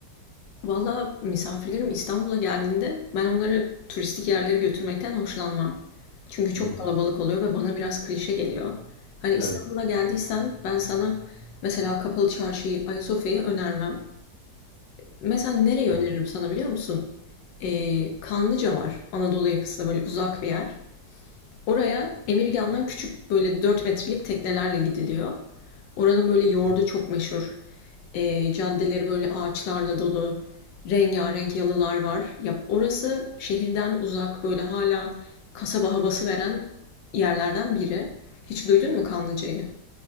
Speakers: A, on the left; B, on the right.
A: Valla misafirlerim İstanbul'a geldiğinde ben onları turistik yerlere götürmekten hoşlanmam. Çünkü çok
B: Hı hı.
A: kalabalık oluyor ve bana biraz klişe geliyor. Hani İstanbul'a
B: Evet.
A: geldiysen ben sana mesela Kapalı Çarşı'yı, Ayasofya'yı önermem. Mesela nereyi
B: Hı
A: öneririm sana biliyor musun? Ee, Kanlıca var. Anadolu yakasında böyle uzak bir yer. Oraya Emirgan'dan küçük böyle 4 metrelik teknelerle gidiliyor. Oranın böyle yoğurdu
B: hı.
A: çok meşhur. Ee, caddeleri böyle ağaçlarla dolu. Rengarenk yalılar var. Ya orası şehirden uzak böyle hala kasaba havası veren yerlerden biri. Hiç duydun mu Kanlıca'yı?